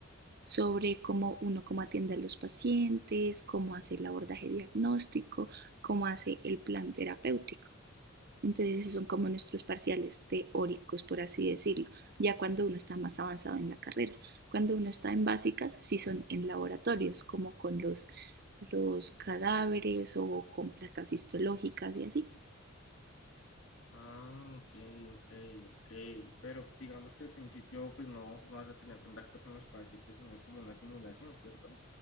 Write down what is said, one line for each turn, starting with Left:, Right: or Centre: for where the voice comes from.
Right: sobre cómo uno cómo atiende a los pacientes, cómo hace el abordaje diagnóstico, cómo hace el plan terapéutico. Entonces esos son como nuestros parciales teóricos, por así decirlo, ya cuando uno está más avanzado en la carrera. Cuando uno está en básicas, sí son en laboratorios, como con los, los cadáveres o con placas histológicas y así.
Left: Ah, ok, ok, ok. Pero digamos que al principio pues no, no vas a tener contacto con los pacientes, sino es como una simulación, ¿cierto?